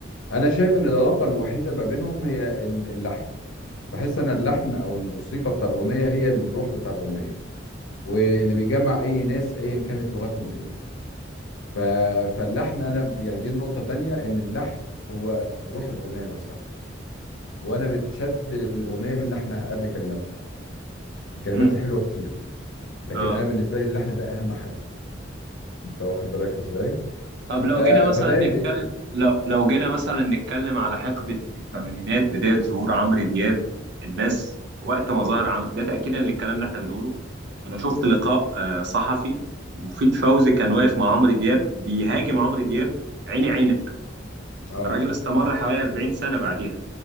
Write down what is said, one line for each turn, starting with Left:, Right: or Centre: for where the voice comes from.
Left: أنا شايف إن العلاقة الوحيدة ما بينهم هي ال- اللحن بحس أن اللحن أو الموسيقى بتاع الأغنية هي الروح بتاع الأغنية واللي بيجمع أي ناس أيا كانت لغتهم ايه ف... فاللحن انا ب- يعني دي نقطة تانية ان اللحن هو روح الاغنية نفسها وانا بتشد للاغنية من لحنها قبل كلماتها الكلمات
Right: مم.
Left: الحلوة كتير لكن
Right: اه
Left: انا بالنسبة لي اللحن ده اهم حاجة انت واخد بالك ازاي
Right: طب لو
Left: ف...
Right: جينا مثلا
Left: فده
Right: نتكلم
Left: اللي
Right: لو لو جينا مثلا نتكلم على حقبة الثمانينات بداية ظهور عمرو دياب الناس في وقت ما ظهر عمرو ده تأكيدا للكلام اللي احنا بنقوله أنا شفت لقاء آه، صحفي مفيد فوزي كان واقف مع عمرو دياب بيهاجم عمرو دياب عيني عينك
Left: اه
Right: الراجل استمر حوالي 40 سنة بعديها